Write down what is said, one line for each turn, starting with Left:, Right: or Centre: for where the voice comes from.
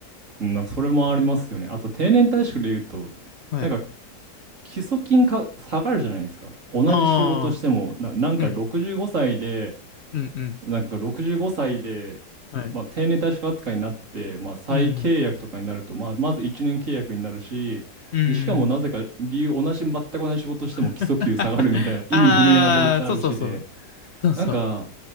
Right: うん、なんかそれもありますよね。あと定年退職で言うと、
Left: はい。
Right: なんか基礎金か下がるじゃないですか。同じ仕事しても、
Left: ああ、
Right: な、なんか65歳で、
Left: うん、うん、うん。
Right: なんか65歳で、
Left: はい。
Right: まあ、定年退職扱いになって、まあ、再契約とかになると、
Left: うん、
Right: まあ、まず1年契約になるし、
Left: うん。
Right: で、しかもなぜか理由、同じ、全く同じ仕事しても基礎給下がるみたいな意味不明な法律あるしで、
Left: <laughs> ああ、そうそうそう。そうそう。
Right: なんか、